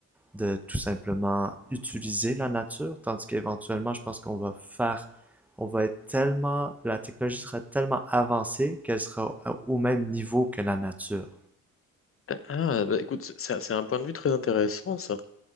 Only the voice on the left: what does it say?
Ah, bah, écoute, c'est c'est un point de vue très intéressant, ça.